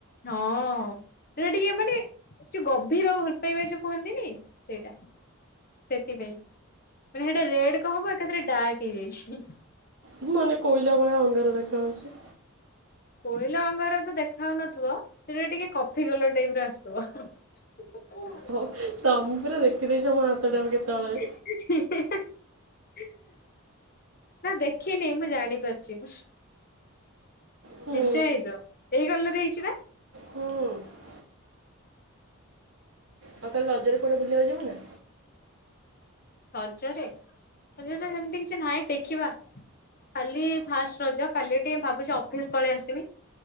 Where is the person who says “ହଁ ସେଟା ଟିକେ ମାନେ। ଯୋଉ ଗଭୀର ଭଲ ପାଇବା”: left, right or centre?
Left